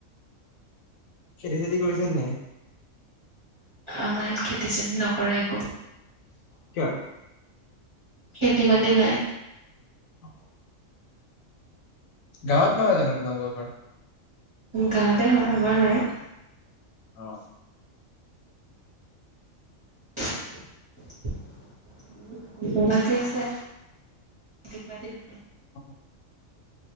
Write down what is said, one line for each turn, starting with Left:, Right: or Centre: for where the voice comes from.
Left: খেতি চেতি কৰিছানে নাই?
Right: আমাৰ ইয়াত খেতি চেতি নকৰে একো।
Left: কিয়?
Right: খেতি বাতি নাই।
Left: অ। গাঁৱত নহয় জানো তোমালোকৰ ঘৰ।
Right: গাওতে হয় আমাৰ নাই।
Left: অ।
Right: <inaudible> মাটি আছে, খেতি মাটি নাই।
Left: অ।